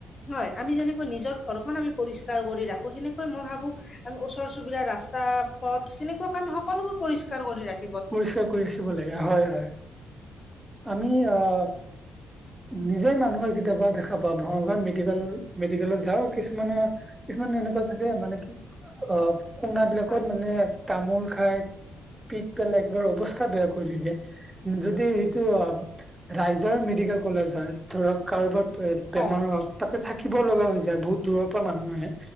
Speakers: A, on the left (about 35°); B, on the right (about 15°).
A: হয়, আমি যেনেকৈ নিজৰ ঘৰখন আমি পৰিষ্কাৰ কৰি ৰাখো, সেনেকৈ মই ভাবো আমি ওচৰ -চুবুৰীয়া, ৰাস্তা -পথ, সেনেকুৱাকে আমি সকলোবোৰ পৰিস্কাৰ কৰি ৰাখি
B: পৰিষ্কাৰ কৰি ৰাখিব লাগে। হয় হয় আমি অহ নিজেই মানুহৰ কেতিয়াবা দেখা পাওঁ। ভঙাগৰ মেডিকেল মেডিকেলত যাওঁ কিছুমানে কিছুমানে এনেকুৱা থাকে, মানে কি অ কোণ বিলাকত
A: হয়
B: মানে তামোল খাই পিক পেলাই একবাৰ অৱস্থা বেয়া কৰি দিয়ে যদি সেইটো অ ৰাইজৰ মেডিকেল কলেজ হয়, ধৰক কাৰোবাৰ এ
A: হয়
B: বেমাৰ হওক, তাতে থাকিব লগা হৈ যায়। বহুত দূৰৰ পৰা মানুহ আহে